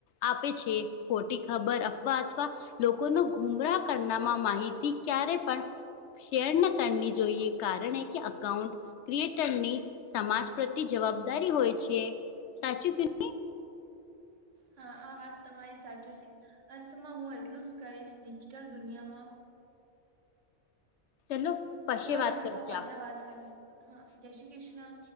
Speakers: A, on the left; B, on the right.
A: આપે છે ખોટી ખબર અફવા અથવા. લોકોનો ગુમરાહ કરનામાં માહિતી ક્યારે પણ. શેર ન કરની જોઈએ કારણ એ કે અકાઉન્ટ. ક્રિએટરની સમાજ પ્રત્ય જવાબદારી હોય છે સાચું કીધું
B: હા આ વાત તમારી સાચી છે અંતમાં હું એટલું જ કહીશ ડિજિટલ દુનિયામાં
A: ચલો. પશે
B: ચલા
A: વાત
B: ભે આપા
A: કરજા
B: પાછા વાત કરે હા જય શ્રી કૃષ્ણ.